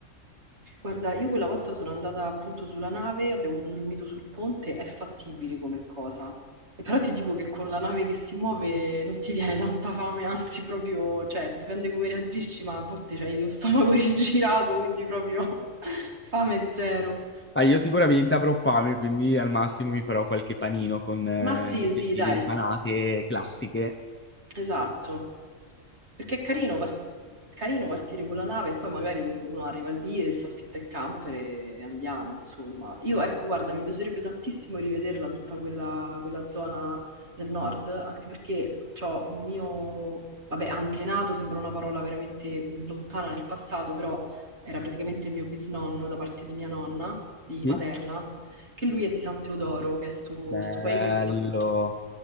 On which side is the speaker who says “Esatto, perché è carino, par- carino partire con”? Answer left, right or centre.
Right